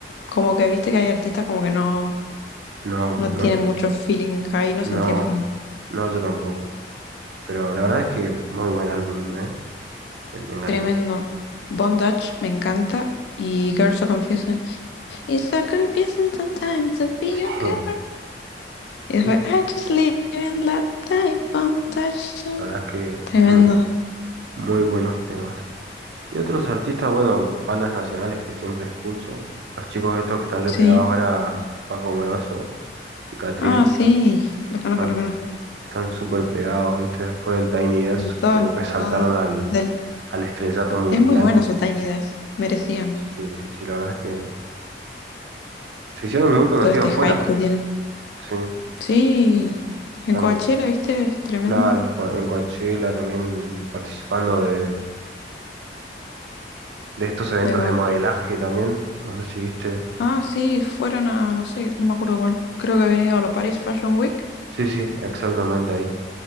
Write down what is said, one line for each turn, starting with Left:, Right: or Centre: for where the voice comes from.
Left: como que viste que hay artistas como que no,
Right: No,
Left: no tienen
Right: no,
Left: mucho feeling, ahí no sentía
Right: no,
Left: el feeling.
Right: no, yo tampoco. Pero la verdad es que muy buen álbum, ¿eh? Me, me encantó.
Left: Tremendo. Bondage me encanta. Y Girls So Confused. It's so confusing sometimes to be
Right: <laughs>
Left: a girl. Y después,
Right: Dios,
Left: I just live in that life, Bondage.
Right: la verdad es que
Left: Tremendo.
Right: mm, muy buenos temas. Y otros artistas, bueno, bandas nacionales que siempre escucho. Los chicos estos que están repegados
Left: Sí.
Right: ahora, Paco Moroso y Catriel,
Left: Ah, sí, los conozco,
Right: están
Left: los conozco.
Right: están súper pegados, ¿viste? Después del Tiny Desk,
Left: En todos
Right: como que saltaron
Left: lados
Right: al,
Left: del...
Right: al estrellato mundial.
Left: Es muy bueno su Tiny Desk. Merecían
Right: Sí, sí, sí, la verdad es que se hicieron muy conocidos
Left: todo este
Right: fuera,
Left: hype que tienen.
Right: sí.
Left: Sí, en
Right: Están,
Left: Coachella, ¿viste? Es tremendo.
Right: claro, en Co- en Coachella también participando de, de estos eventos
Left: De gol.
Right: de modelaje también. No sé si viste.
Left: Ah, sí, fueron a, no sé, no me acuerdo cuál. Creo que habían ido a la Paris Fashion Week
Right: Sí, sí, exactamente ahí.